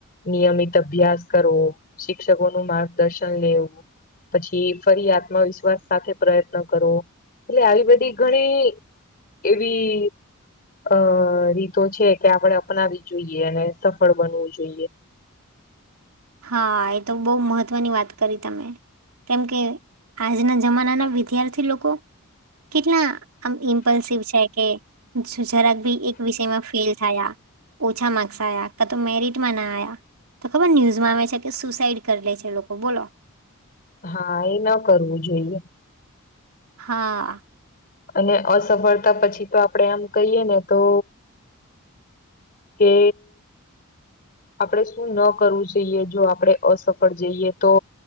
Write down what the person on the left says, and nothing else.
નિયમિત અભ્યાસ કરવો શિક્ષકોનું માર્ગદર્શન લેવું પછી ફરી આત્મવિશ્વાસ સાથે પ્રયત્ન કરો એટલે આવી બધી ઘણી, એવી, અ રીતો છે કે આપણેે અપનાવી જોઈએ અને સફળ બનવું જોઈએ.
હા એ ન કરવું જોઈએ.
અને અસફળતા પછી તો આપડે એમ કહીએને તો, કે આપણેે શું ન કરવું જોઈએ જો આપણે અસફળ જઈએ તો